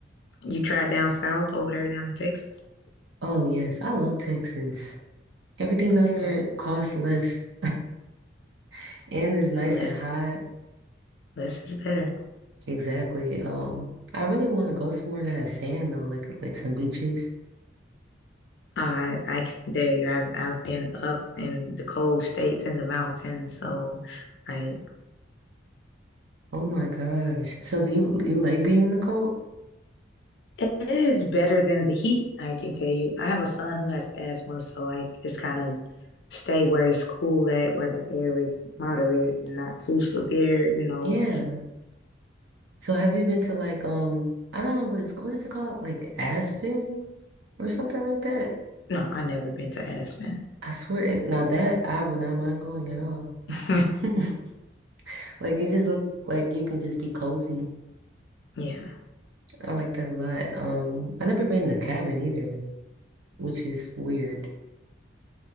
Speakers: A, on the left (about 60°); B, on the right (about 75°).
A: you tried down south over there down in Texas.
B: Oh yes, I love Texas. Everything
A: Okay,
B: down there costs less <laughs> and is nice
A: and less
B: and hot.
A: less is better.
B: Exactly. Um, I really want to go somewhere that has sand though, like like some beaches.
A: I I can tell you, I've I've been up in the cold states and the mountains, so I.
B: Oh my gosh. So do you you like being in the cold?
A: It is better than the heat, I can tell you. I have a son who has asthma, so like just kind of stay where it's cool at, where the air is moderate and not too severe, you know.
B: Yeah. So have you been to like um I don't know what it's what is it called? Like Aspen or something like that?
A: No, I never been to Aspen.
B: I swear it now that I would not mind going at all. <laughs>
A: <laughs>
B: Like it just look like you can just be cozy.
A: Yeah.
B: I like that a lot. Um I never been in a cabin either, which is weird.